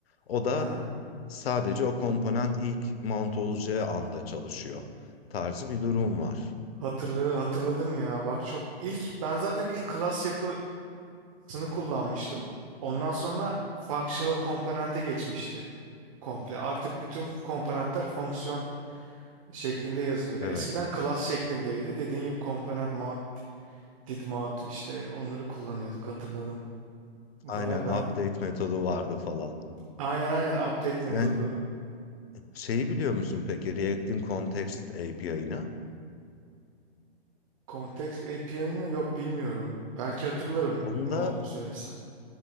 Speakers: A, on the left; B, on the right.
A: O da
B: Aha.
A: sadece o komponent ilk mount olacağı anda çalışıyor tarzı bir durum var.
B: Hatırlı, hatırladım ya. Bak çok ilk ben zaten ilk class yapısını kullanmıştım. Ondan sonra functional komponente geçmişti komple. Artık bütün komponentler fonksiyon şeklinde yazılıyordu.
A: Evet.
B: Eskiden class şeklindeydi. Dediğin gibi komponent mount, did mount işte onları kullanıyorduk hatırladım. Vay
A: Aynen
B: be.
A: update metodu vardı falan.
B: Aynen aynen update metodu.
A: Yani Şeyi biliyor musun peki React'in Context API'ını?
B: Context API'ını yok bilmiyorum. Belki hatırlarım
A: Onda
B: ne olduğunu söylesem.